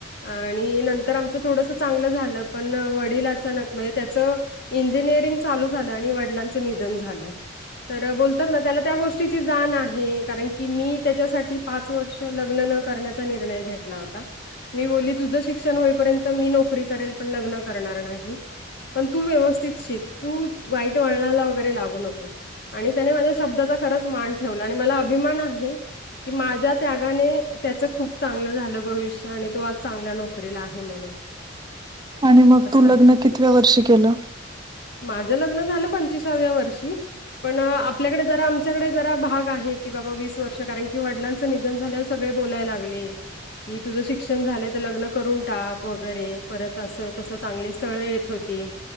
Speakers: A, on the left; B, on the right.
A: आणि नंतर आमच थोडस चांगलं झालं पण वडील अचानक म्हणजे त्याचं इंजिनिअरिंग चालू झालं आणि वडिलांचं निधन झालं. तर बोलतात ना त्याला त्या गोष्टीची जाण आहे कारण की मी त्याच्यासाठी पाच वर्ष लग्न न करण्याचा निर्णय घेतला होता. मी बोलली तुझं शिक्षण होईपर्यंत मी नोकरी करेल पण लग्न करणार नाही. पण तू व्यवस्थित शिक, तू वाईट वळणाला वगैरे लागू नकोस. आणि त्याने माझ्या शब्दाचा खरंच मान ठेवला आणि मला अभिमान आहे. की माझ्या त्यागाने त्याच खूप चांगलं झालं भविष्य आणि तो आज चांगल्या नोकरीला आहे म्हणून <inaudible>
B: आणि मग
A: असं
B: तू लग्न कितव्या वर्षी केलं?
A: माझं लग्न झालं पंचवीसाव्या वर्षी पण आपल्याकडे जरा आमच्याकडे जरा भाग आहे की बाबा वीस वर्ष कारण की वडलांचं निधन झाल्या सगळे बोलाय लागले. की तुझं शिक्षण झालय तर लग्न करून टाक वगैरे परत असं तसं चांगले स्थळ येत थोती